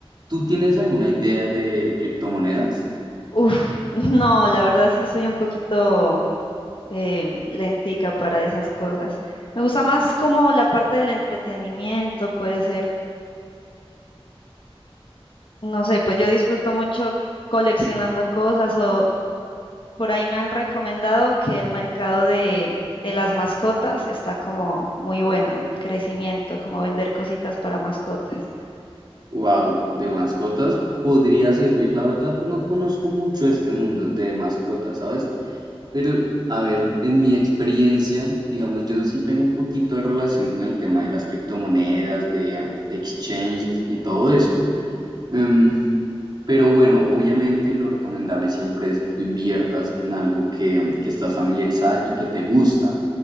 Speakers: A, on the right; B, on the left.
A: ¿tú tienes alguna idea de criptomonedas?
B: Uf, <laughs> no, la verdad sí soy un poquito eh, lentica para esas cosas. Me gusta más como la parte del entretenimiento, puede ser. No sé, pues yo disfruto mucho coleccionando cosas o por ahí me han recomendado que el mercado de, de las mascotas está como muy bueno en crecimiento, como vender cositas para mascotas.
A: Wow, de mascotas podría servir, la verdad, no conozco mucho este mundo de mascotas, ¿sabes? Pero, a ver, en mi experiencia, digamos, yo sí tengo un poquito de relación con el tema de las criptomonedas, de, ah, de exchanges y todo eso. Em, pero bueno, obviamente lo recomendable siempre es que tú inviertas en algo que, que estás familiarizada y que te gusta.